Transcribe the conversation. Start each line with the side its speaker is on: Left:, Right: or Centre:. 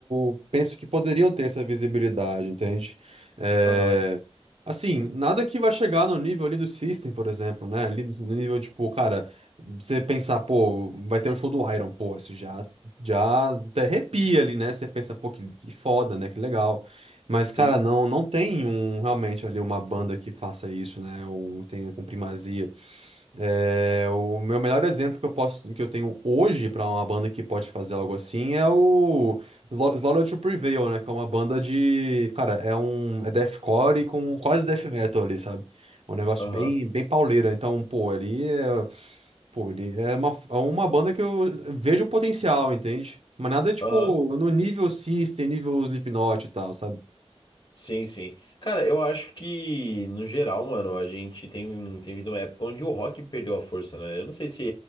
Right: eu penso que poderiam ter essa visibilidade, entende? É,
Left: Aham.
Right: Assim, nada que vai chegar no nível ali do System, por exemplo, né? Ali no nível, tipo, cara, você pensar, pô, vai ter um show do Iron, pô, isso já, já até arrepia ali, né? Você pensa, pô, que, que foda, né? Que legal. Mas, cara,
Left: Sim,
Right: não, não tem um, realmente ali uma banda que faça isso, né? Ou tenha com primazia. É, o meu melhor exemplo que eu posso, que eu tenho hoje pra uma banda que pode fazer algo assim é o Slo- Slaughter to Prevail, né? Que é uma banda de, cara, é um é deathcore com quase death metal ali, sabe? É um negócio
Left: aham,
Right: bem bem pauleira. Então, pô, ali é, pô, ali é uma é uma banda que eu vejo o potencial, entende? Mas nada tipo
Left: aham,
Right: no nível System, nível Slipknot e tal, sabe?
Left: Sim, sim. Cara, eu acho que, no geral, mano, a gente tem, um, tem vindo uma época onde o rock perdeu a força, né? Eu não sei se